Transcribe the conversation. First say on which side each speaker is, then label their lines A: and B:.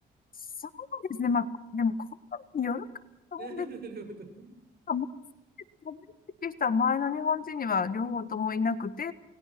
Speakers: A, on the left; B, on the right.
A: そうですね。まあ、でも、好みによるかと思うんです
B: <laughs> なるほどね。
A: が、もう、食べるっていう人は前の日本人には両方ともいなくて、